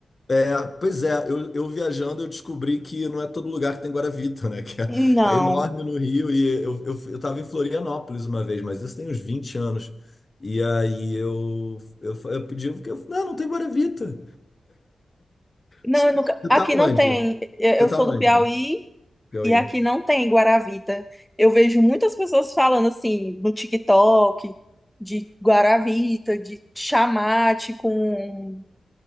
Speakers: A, on the left; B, in the centre.
A: É, pois é, eu, eu viajando eu descobri que não é todo lugar que tem Guaravita, né? <laughs> Que é,
B: Não,
A: é enorme no Rio e eu, eu, eu tava em Florianópolis uma vez, mas isso tem uns 20 anos. E aí eu, eu, fa- eu pedi, porque eu, não, não tem Guaravita.
B: não,
A: Você
B: eu nunca...
A: você
B: aqui
A: tá onde?
B: não tem. Eu
A: Você
B: eu
A: tá
B: sou
A: onde?
B: do Piauí
A: Piauí.
B: e aqui não tem Guaravita. Eu vejo muitas pessoas falando assim no TikTok de Guaravita, de chamate com